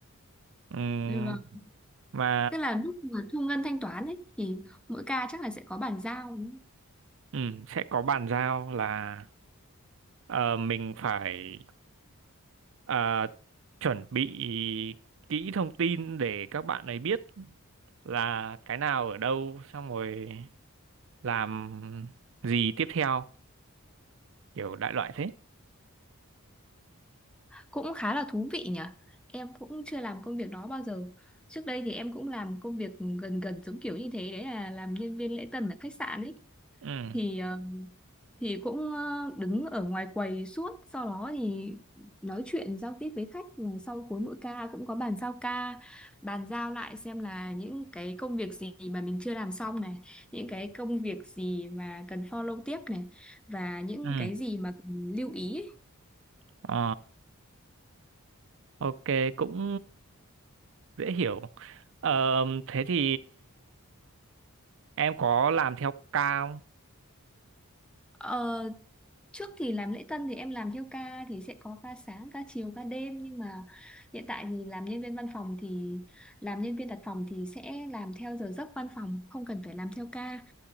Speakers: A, on the right; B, in the centre.
A: Ừm,
B: vâng.
A: mà
B: Tức là lúc mà thu ngân thanh toán ấy thì mỗi ca chắc là sẽ có bàn giao. đúng không?
A: ừ, sẽ có bàn giao là ờ, mình phải ờ, chuẩn bị kỹ thông tin để các bạn ấy biết là cái nào ở đâu xong rồi làm gì tiếp theo kiểu đại loại thế
B: Ờ, cũng khá là thú vị nhỉ. Em cũng chưa làm công việc đó bao giờ. Trước đây thì em cũng làm công việc gần gần giống kiểu như thế đấy là làm nhân viên lễ tân ở khách sạn ấy.
A: ừ
B: thì ờ, thì cũng ờ, đứng ở ngoài quầy suốt sau đó thì nói chuyện giao tiếp với khách Và sau cuối mỗi ca cũng có bàn giao ca bàn giao lại xem là những cái công việc gì mà mình chưa làm xong này những cái công việc gì mà cần follow tiếp này và những
A: ừ
B: cái gì mà cần lưu ý
A: ờ ok cũng dễ hiểu Ờ, thế thì em có làm theo ca không
B: Ờ, Trước thì làm lễ tân thì em làm theo ca thì sẽ có ca sáng, ca chiều, ca đêm nhưng mà hiện tại thì làm nhân viên văn phòng thì làm nhân viên đặt phòng thì sẽ làm theo giờ giấc văn phòng, không cần phải làm theo ca.